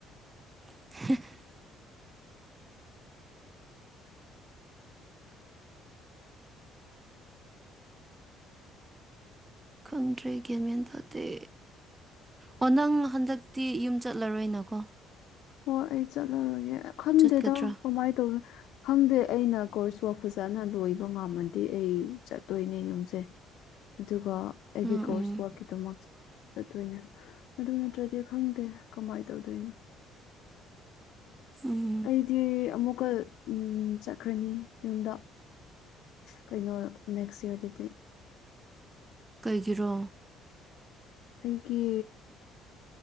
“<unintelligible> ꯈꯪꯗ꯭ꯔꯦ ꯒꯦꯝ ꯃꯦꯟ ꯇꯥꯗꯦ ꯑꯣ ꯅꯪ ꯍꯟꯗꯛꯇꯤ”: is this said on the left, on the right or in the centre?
Right